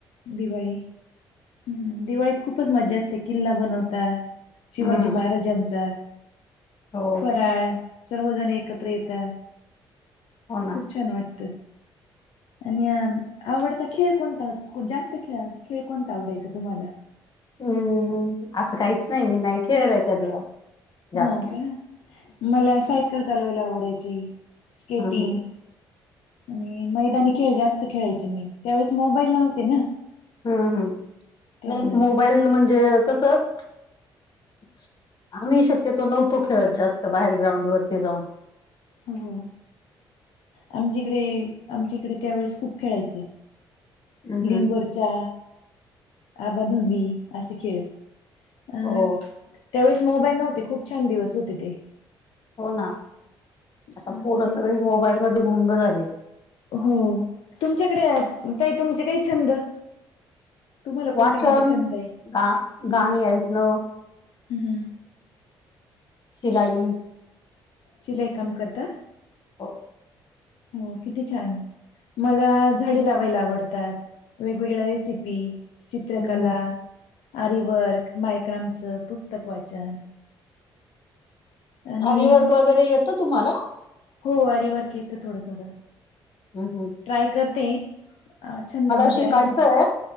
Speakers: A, on the left; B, on the left.
A: दिवाळी हम्म दिवाळीत खूपच मज्जा असते किल्ला बनवतात. शिवाजी
B: हम्म
A: महाराजांचा
B: हो
A: फराळ. सर्वजण एकत्र येत
B: हो ना
A: खूप छान वाटत. आणि आवडता खेळ कोणता? जास्त खेळ खेळ कोणता आवडायचा तुम्हाला
B: हूं असं काहीच नाही मी नाही खेळलाय कधी जास्त
A: हा का मला सायकल चालवायला आवडायची स्केटिंग
B: हम्म हम्म
A: आणि मैदानी खेळ जास्त खेळायचे मी त्यावेेळेस मोबाईल नव्हते ना
B: हूं हूं
A: त्यामुळे
B: नाही मोबाईल म्हणजे कस आम्ही शक्यतो नव्हतो खेळत जास्त बाहेर ग्राउंड वरती जाऊन.
A: हो आमच्याकडे आमच्या इकडे त्यावेेळेस खूप खेळायचंय.
B: हम्म
A: लिंगोरचा,
B: हम्म
A: आबाधुबी असे खेळ. अं
B: हो
A: त्यावेळेस मोबाईल नव्हते, खूप छान दिवस होते ते.
B: हो ना,
A: अ
B: आता पोर सगळी मोबाईल मध्ये गुंग झालेत.
A: हो, तुमच्याकडे, ताई तुमचे काही छंद? तुम्हाला कोणते
B: वाचन
A: कोणते छंद आहे?
B: गा
A: हम्म
B: गाणी ऐकणं
A: हम्म हम्म.
B: सिलाई.
A: शिलाई काम करता?
B: हो.
A: हो, किती छान. मला झाडी लावायला आवडतात, वेगवेगळ्या रेसिपी, चित्रकला.
B: हम्म हम्म
A: आरीवर्क, मायक्रनचं, पुस्तक वाचन. आणि
B: आरीवर्क वगैरे येतं तुम्हाला?
A: हो, आरीवर्क येतं थोडं थोडं.
B: हम हम.
A: ट्राय करते, छंद मध्ये
B: शिकायचंय
A: आहे मी